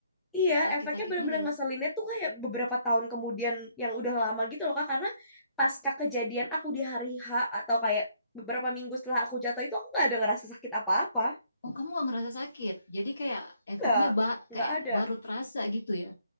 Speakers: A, in the centre; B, on the left.
A: Iya,
B: Sakit-sakitnya
A: efeknya bener-bener
B: dari
A: ngeselinnya
B: situ.
A: tuh kayak beberapa tahun kemudian yang udah lama gitu loh Kak. Karena pasca kejadian aku di hari H atau kayak beberapa minggu setelah aku jatuh itu aku nggak ada ngerasa sakit apa-apa.
B: Oh, kamu nggak ngerasa sakit. Jadi kayak efeknya
A: Nggak,
B: ba
A: nggak
B: kayak
A: ada.
B: baru terasa gitu ya.